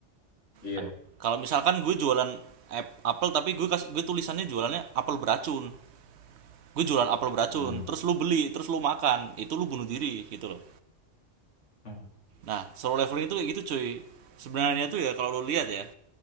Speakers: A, on the left (about 80°); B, on the right (about 70°).
A: Iya.
B: Nah, kalau misalkan gue jualan ap- apel tapi gue kasih gue tulisannya jualannya apel beracun. Gue jualan apel beracun,
A: Hmm.
B: terus lu beli, terus lu makan, itu lu bunuh diri gitu loh.
A: Hmm.
B: Nah, solo leveling itu kayak gitu cuy. Sebenarnya tuh ya kalau lu lihat ya,